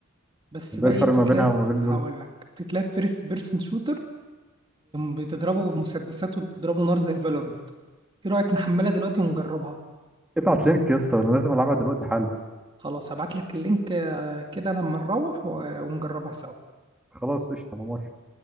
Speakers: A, on the right (about 25°); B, in the centre.
A: بس
B: طب
A: بقى
B: ايه الفرق
A: ايه بتتلعب
B: ما بينها وما بين
A: هقول
B: لول
A: لك بتتلعب فيرست بيرسون شوتر بتضربه بمسدسات وتضربه نار زي فالورنت ايه رأيك نحملها دلوقتي ونجربها
B: ابعت لينك يا اسطى انا لازم العبها دلوقتي حالا
A: خلاص هبعت لك اللينك آه، كده لما نروح و- ونجربها سوا
B: خلاص قشطه انا موافق